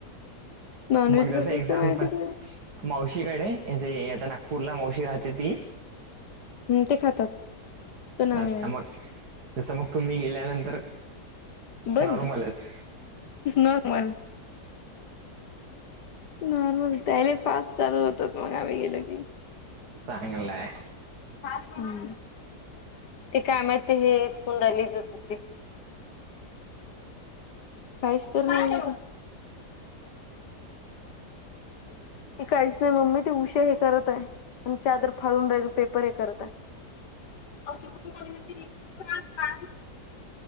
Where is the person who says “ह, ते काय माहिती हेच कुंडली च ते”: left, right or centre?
Left